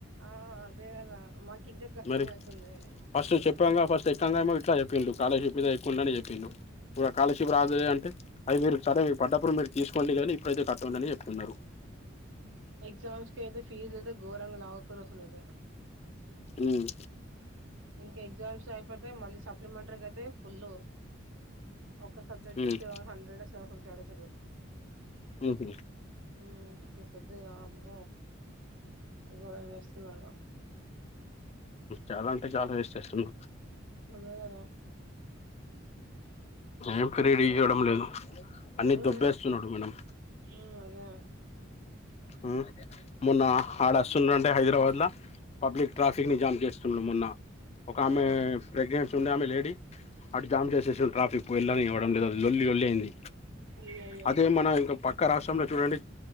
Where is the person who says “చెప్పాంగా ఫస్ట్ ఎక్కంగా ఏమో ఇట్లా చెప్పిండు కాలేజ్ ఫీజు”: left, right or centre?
Left